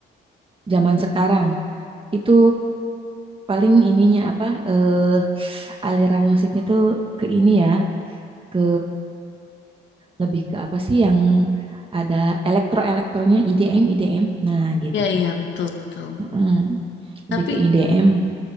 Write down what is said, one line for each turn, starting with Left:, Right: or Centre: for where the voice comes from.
Right: zaman sekarang itu paling ininya apa eh aliran musiknya tuh ke ini ya, ke lebih ke apa sih yang ada elektro-elektronya IDM IDM. Nah, gitu.
Left: iya iya betul betul
Right: Mm-mm.
Left: tapi
Right: Lebih ke IDM.